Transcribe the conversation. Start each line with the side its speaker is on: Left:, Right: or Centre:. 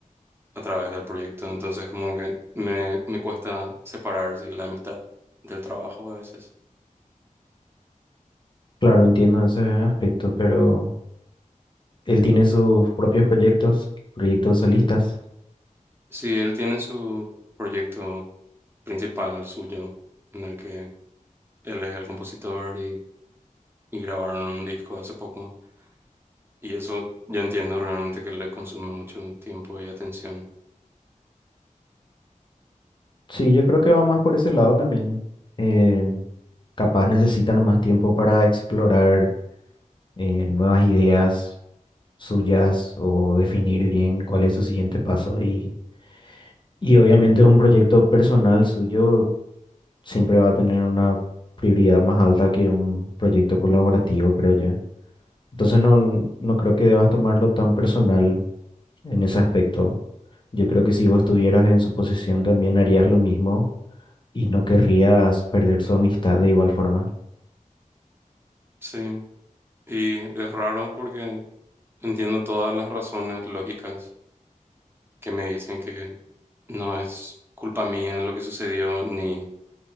Right: a través del proyecto. Entonces como que me, me cuesta separar, sí, la amistad del trabajo a veces.
Left: Claro, entiendo ese aspecto, pero él tiene sus propios proyectos, proyectos solistas.
Right: Sí, él tiene su proyecto principal suyo, en el que él es el compositor y, y grabaron un disco hace poco. Y eso yo entiendo realmente que le consume mucho tiempo y atención.
Left: Sí, yo creo que va más por ese lado también. Eh, capaz necesitan más tiempo para explorar eh, nuevas ideas suyas o definir bien cuál es su siguiente paso y, y obviamente un proyecto personal suyo siempre va a tener una prioridad más alta que un proyecto colaborativo, creo yo. Entonces no, no creo que debas tomarlo tan personal en ese aspecto. Yo creo que si vos estuvieras en su posición también harías lo mismo y no querrías perder su amistad de igual forma.
Right: Sí, y es raro porque entiendo todas las razones lógicas que me dicen que no es culpa mía lo que sucedió, ni,